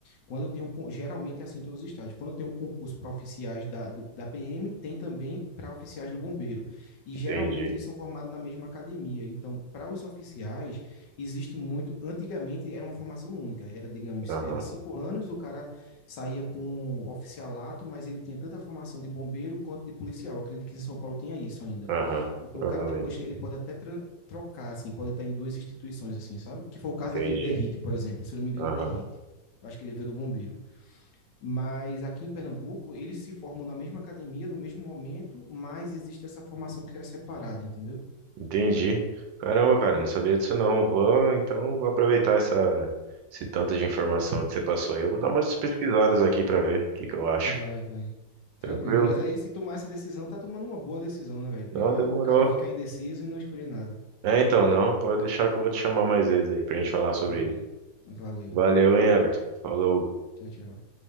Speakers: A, on the left; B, on the right.
A: quando eu tenho, con- geralmente é assim em todos os estados, quando eu tenho um concurso para oficiais da, do- da PM, tem também para oficiais do bombeiro. E geralmente
B: entendi.
A: eles são formados na mesma academia. Então, para os oficiais, existe muito. Antigamente era uma formação única, era, digamos,
B: Aham,
A: era cinco anos, o cara saía com um oficialato, mas ele tinha tanta formação de bombeiro quanto de policial. Eu acredito que em São Paulo tinha isso ainda.
B: aham,
A: Então
B: provavelmente.
A: o cara depois ele pode até tra- trocar, assim, pode estar em duas instituições, assim, sabe? Que foi o caso
B: Entendi.
A: daquele Derrite, por exemplo. Se não me engano,
B: Aham,
A: é Derrite. Eu acho que ele veio do bombeiro. Mas aqui em Pernambuco, eles se formam na mesma academia, no mesmo momento, mas existe essa formação que é separada, entendeu?
B: entendi. Caramba, cara, eu não sabia disso não. Vou, então, vou aproveitar essa, esse tanto de informação que você passou aí. Eu vou dar umas pesquisadas aqui pra ver o que que eu acho.
A: Vai, vai. Tranquilo.
B: Tranquilo?
A: Mas aí, se tomar essa decisão, tá tomando uma boa decisão, né, velho? Pior
B: Não, demorou.
A: é o cara ficar indeciso e não escolher nada.
B: É, então, não, pode deixar que eu vou te chamar mais vezes aí pra gente falar sobre
A: Vai.
B: isso.
A: Valeu.
B: Valeu, hein, Everton? Falou.
A: Tchau, tchau.